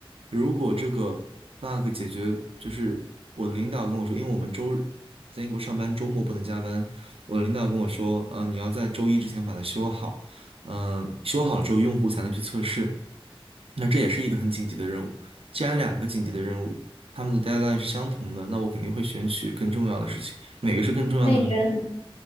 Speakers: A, on the right (about 75°); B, on the left (about 75°).
A: 如果这个 bug 解决，就是我的领导跟我说，因为我们周日在英国上班，周末不能加班，我的领导跟我说，呃，你要在周一之前把它修好。嗯，修好了之后用户才能去测试。那这也是一个很紧急的任务。既然两个紧急的任务，他们的 deadline 是相同的，那我肯定会选取更重要的事情。哪个是更重要的呢
B: 那你觉得